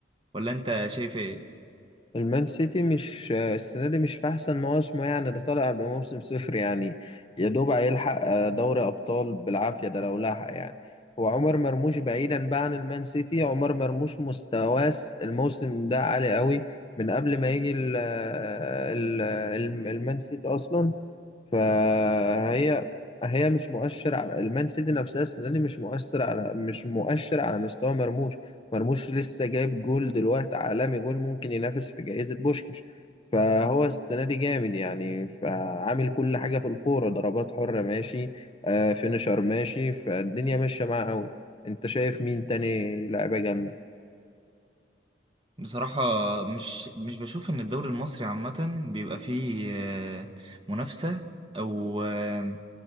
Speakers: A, on the right (about 25°); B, on the left (about 25°).
A: ولا انت شايف ايه
B: المان سيتي مش آه، السنة دي مش في أحسن مواسمه يعني ده طالع بموسم صفر يعني يا دوب هيلحق آه، دوري أبطال بالعافية ده لو لحق يعني هو عمر مرموش بعيدا بقى عن المان سيتي عمر مرموش مستواه الموسم ده عالي قوي من قبل ما يجي ال ال ال- المان سيتي أصلا فهي هي مش مؤشر على المان سيتي نفسها السنة دي مش مؤثر على مش مؤشر على مستوى مرموش مرموش لسه جايب جول دلوقتي عالمي جول ممكن ينافس في جائزة بوشكاش فهو السنة دي جامد يعني فعامل كل حاجة في الكورة ضربات حرة ماشي آه فينشر ماشي فالدنيا ماشية معاه قوي انت شايف مين تاني لعيبة جامدة
A: بصراحة مش مش بشوف ان الدوري المصري عامة بيبقى فيه آه، منافسة او آه،